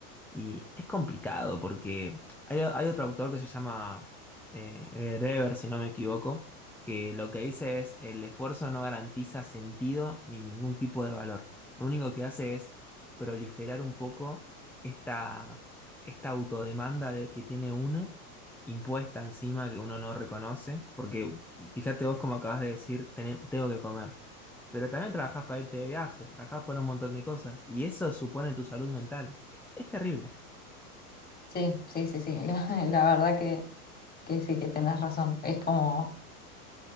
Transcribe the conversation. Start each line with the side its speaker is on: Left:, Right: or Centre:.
Centre: Y es complicado porque hay, hay otro autor que se llama eh, eh, Dever, si no me equivoco, que lo que dice es el esfuerzo no garantiza sentido ni ningún tipo de valor. Lo único que hace es proliferar un poco esta, esta autodemanda de- que tiene uno, impuesta encima que uno no reconoce, porque fíjate vos como acabas de decir, "Tené- tengo que comer, pero también trabajás para irte de viaje, trabajás para un montón de cosas, y eso supone tu salud mental. es terrible.
Left: Sí, sí, sí, sí, <laughs> la, la verdad que, que sí, que tenés razón. Es como